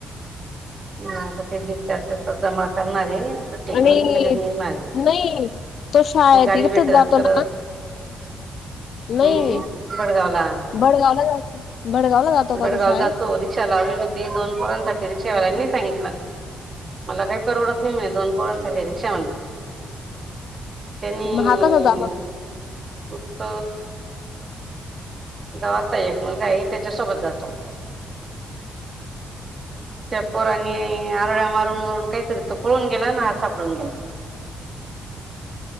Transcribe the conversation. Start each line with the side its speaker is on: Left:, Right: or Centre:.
Right: मता ते बी चार्ज पेपर जमा करणार आहे
Left: आणि
Right: क लगेच नि म
Left: नाही तो शाळेत
Right: गाडी
Left: इथच
Right: भेटत
Left: जातो
Right: करत
Left: ना नाही
Right: हम् बडगावला
Left: बडगावला जातो बडगावला जातो का
Right: गडगाव
Left: तो शाळेत
Right: जातो रिक्षा लावलेली होती दोन पोरांसाठी रिक्षावाल्यांनी सांगितलं मला काही परवडत नाही म्हणे दोन पोरांसाठी रिक्षा म्हणे. त्यांनी
Left: मग हा कसा जात होता
Right: उत गावात एक मुलगा ह त्याच्यासोबत जातो त्या पोरनी आरळ्या मारून मारून काही तरी तो पळून गेला ना हा सापडून गेला
Left: <inaudible>